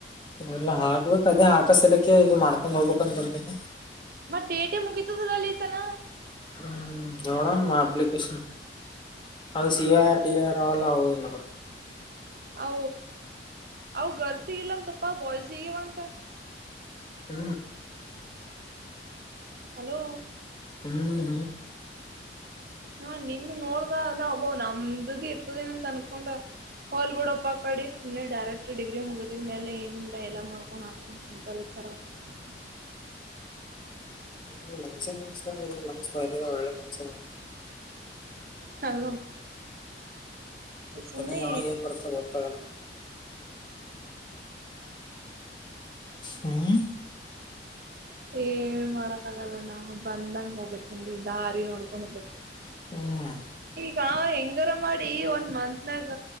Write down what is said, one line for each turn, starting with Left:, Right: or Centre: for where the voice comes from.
Left: ಎಲ್ಲಾ ಹಾಕ್ಬೇಕು ಅದೇ ಹಾಕ ಸಲಕ್ಕೆ ಇದು ಮಾಡ್ಕೊಂಡ್ ಹೋಗ್ಬೇಕು ಅಂತ ಬಂತೀನಿ
Right: ಮತ್ತ ಡೇಟೆ ಮುಗಿತದಲ್ಲಿತನ
Left: ಹ್ಮ್ ದೋಡಣ ಆಪ್ಲಿಕೇಶನ್ ಅದು ಸಿಆರ್ ಡಿಆರ್ಲ್ಲ ಆಗ
Right: ಓ ಅವ ಗರ್ಲ್ಸ್ ಹಗಿಲ್ಲಂತಪ್ಪಾ ಬಾಯ್ಸ್ ಹಗಿವ ಅಂತ
Left: ಹ
Right: ಹಲೋ
Left: ಹ್ಮ ನೀ
Right: ಹಾ ನಿನ್ ನೋಡ್ದ ನಾ ಒಬ್ಬೋ ನಮ್ದಬಿ ಇರ್ತದ ಏನ್ ಅಂತ ಅನ್ಕೊಂಡ. ಹೋಲಿ ಬಿಡ್ಪ ಅ ಕಡಿ ಸುಮ್ನೆಡೈರೆಕ್ಟ್ ಡಿಗ್ರಿ ಮುಗಿದ ಮೇಲೆ ಏನಿಲ್ಲ ಎಲ್ಲ ಮಾಡ್ಕೊಂಡು ಆಂತಲ್ಲ. <inaudible>
Left: <unintelligible>
Right: ಹಲೋ.
Left: ಹ್ಮ
Right: ಸುಮ್ನೆ
Left: ಚನ್ನಾಗಿ ಅವ ಏನ್ ಬರ್ತ ಗೊತ್ತಾಗಲ್ಲ ಹ್ಮ್
Right: ಏನ್ ಮಾಡಕ್ ಆಗಲ್ಲ ನಾವು ಬಂದಂಗ ಹೋಗ್ಬೇಕಕ್ಂಗಗೆ ದಾರಿ ನೋಡ್ಕೊಂಡ ಹೋಗು
Left: ಹ್ಮ್
Right: ಹಾ ಹೆಂಗಾರ ಮಾಡಿ ಒನ್ ಮಂತ್ನಾಗ